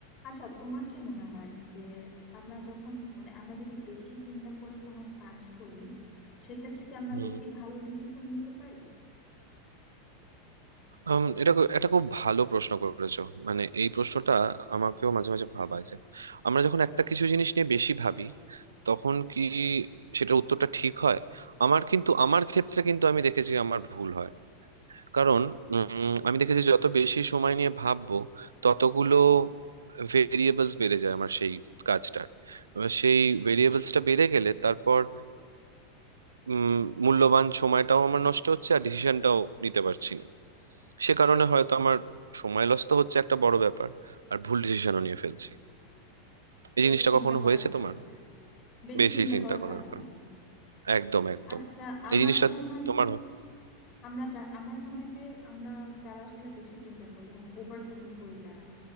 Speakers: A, on the left; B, on the right.
A: আচ্ছা তোমার কি মনে হয় যে আমরা যখন মানে আমরা যদি বেশি চিন্তা করে কোনো কাজ করি সেক্ষেত্রে কি আমরা
B: হুম
A: বেশি ভালো ডিসিশন নিতে পারি
B: আম, এটা খু- এটা খুব ভালো প্রশ্ন করেছো মানে এই প্রশ্নটা আমাকেও মাঝে মাঝে ভাবায় যে আমরা যখন একটা কিছু জিনিস নিয়ে বেশি ভাবি তখন কি সেটার উত্তরটা ঠিক হয় আমার কিন্তু আমার ক্ষেত্রে কিন্তু আমি দেখেছি আমার ভুল হয় কারণ উম, আমি দেখেছি যত বেশি সময় নিয়ে ভাববো ততগুলো ভেরিয়েবলস বেড়ে যায় আমার সেই কাজটার এবার সেই ভেরিয়েবলসটা বেড়ে গেলে তারপর উম, মূল্যবান সময়টাও আমার নষ্ট হচ্ছে আর ডিসিশনটাও নিতে পারছি না সে কারণে হয়তো আমার সময় লস তো হচ্ছে একটা বড় ব্যাপার আর ভুল ডিসিশনও নিয়ে ফেলছি এই
A: বেশি
B: জিনিসটা
A: চিন্তা
B: কখনো
A: করার
B: হয়েছে
A: কারণে
B: তোমার
A: বেশি
B: বেশি
A: চিন্তা
B: চিন্তা
A: করার
B: করার
A: কারণে
B: কারণ একদম একদম
A: আচ্ছা আমার
B: এই জিনিসটা
A: যেটা মনে হয়
B: তোমার
A: যে আমরা যা- আমার মনে হয় যে আমরা যারা আসলে বেশি চিন্তা করি মানে ওভার থিঙ্ক করি যারা